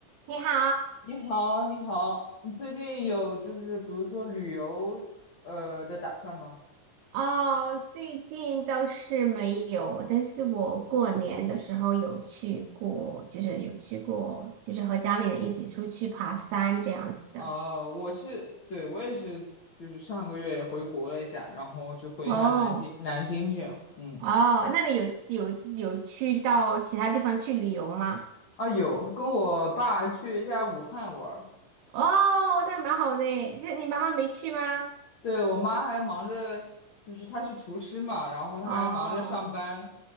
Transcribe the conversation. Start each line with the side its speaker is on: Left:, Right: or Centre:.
Right: 你好，
Left: 你好，你好，你最近有就是比如说旅游呃的打算吗？
Right: 哦，最近倒是没有，但是我过年的时候有去过，就是有去过，就是和家里人一起出去爬山这样子的。
Left: 啊、我是，对，我也是，就是上个月也回国了一下，然后就回一下南京，
Right: 哦，
Left: 南京这样，嗯，
Right: 哦，那你有有有去到其他地方去旅游吗？
Left: 啊有，跟我爸去一下武汉玩儿，
Right: 哦，那蛮好的耶，这你妈妈没去吗？
Left: 对，我妈还忙着，就是她是厨师嘛，然后她还忙着上班，
Right: 哦，